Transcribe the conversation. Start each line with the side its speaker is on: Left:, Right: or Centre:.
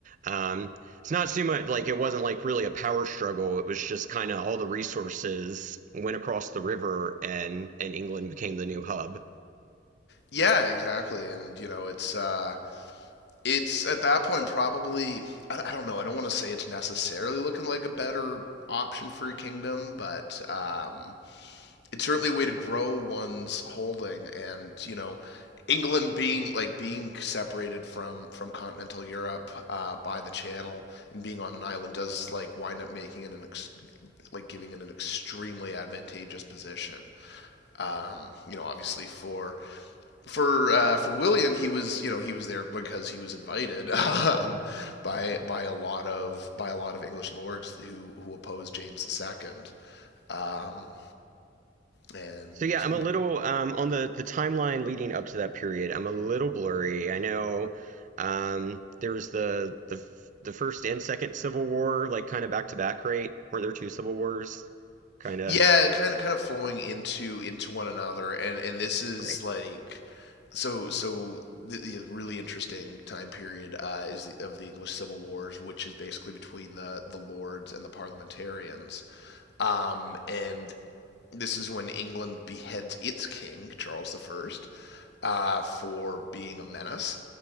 Right: um, it's not so much like it wasn't like really a power struggle. It was just kind of all the resources went across the river, and and England became the new hub.
Left: Yeah, exactly, and you know it's. uh it's at that point probably I, I don't know. I don't want to say it's necessarily looking like a better option for your kingdom, but um, it's certainly a way to grow one's holding. And you know, England being like being separated from from continental Europe uh, by the Channel and being on an island does like wind up making it an ex- like giving it an extremely advantageous position. Um, you know, obviously for for uh, for William, he was you know he was there because he was invited <laughs> um, by by a lot of by a lot of English lords who who opposed James II. Um, and
Right: So yeah, I'm a little um, on the the timeline leading up to that period. I'm a little blurry. I know um, there was the the the first and second Civil War, like kind of back to back, right? Were there two Civil Wars? Kind of
Left: yeah, kind of kind of flowing into into one another, and and this is
Right: right.
Left: like so so the, the really interesting time period uh, is the, of the English Civil Wars, which is basically between the the lords and the parliamentarians. Um, and This is when England beheads its king, Charles I, uh, for being a menace,